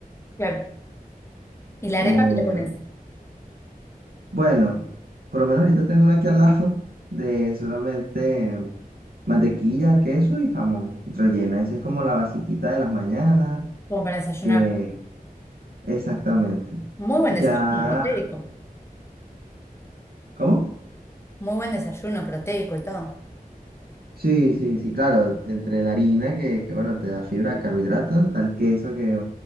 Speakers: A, on the left; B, on the right.
A: Claro. ¿Y la
B: Eh,
A: arepa que le pones?
B: bueno, por lo menos ahorita tengo una aquí al lado <laughs> de solamente mantequilla, queso y jamón rellena. Esa es como la basiquita de las mañanas,
A: Como para desayunar.
B: que exactamente.
A: Muy buen
B: Ya,
A: desayuno proteico.
B: ¿cómo?
A: Muy buen desayuno proteico y todo.
B: Sí, sí, sí, claro, entre la harina que, que bueno, te da fibra, carbohidratos, tal queso que